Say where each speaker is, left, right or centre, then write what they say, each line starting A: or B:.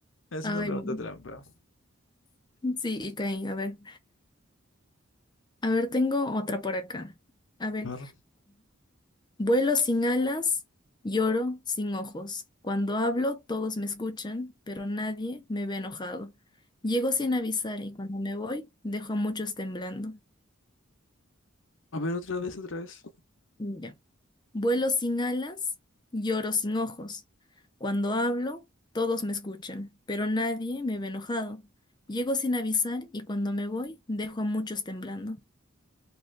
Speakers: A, on the left (about 65°); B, on the left (about 20°).
A: Es
B: Ay,
A: una pregunta
B: bueno.
A: trampa.
B: sí, y caí, a ver. A ver, tengo otra por acá. A ver,
A: A ver,
B: vuelo sin alas, lloro sin ojos. Cuando hablo, todos me escuchan, pero nadie me ve enojado. Llego sin avisar y cuando me voy, dejo a muchos temblando.
A: a ver, otra vez, otra vez.
B: Ya. Vuelo sin alas, lloro sin ojos. Cuando hablo, todos me escuchan, pero nadie me ve enojado. Llego sin avisar y cuando me voy, dejo a muchos temblando.